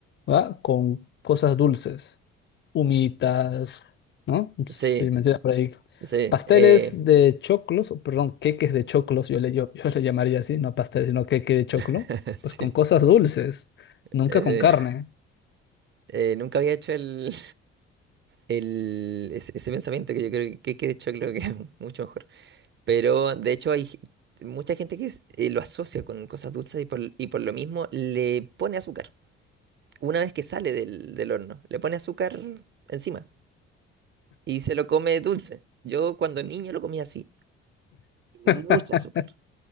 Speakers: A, on the left (about 35°); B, on the right (about 35°).
A: ¿va? Con cosas dulces, humitas, ¿no? Sí,
B: Sí,
A: me entiendes por ahí.
B: sí.
A: Pasteles
B: eh,
A: de choclos, o perdón, queques de choclos, yo le, yo, <laughs> yo le llamaría así, no pasteles, sino queque de choclo,
B: <laughs> sí.
A: pues con cosas dulces, nunca
B: eh,
A: con carne.
B: eh, nunca había hecho el, el, ese, ese pensamiento que yo creo que, que de hecho creo que es mucho mejor. Pero de hecho hay g- mucha gente que es- eh, lo asocia con cosas dulces y por, y por lo mismo le pone azúcar. Una vez que sale del, del horno, le pone azúcar encima y se lo come dulce. Yo cuando niño lo comía así, mucho
A: <laughs>
B: azúcar.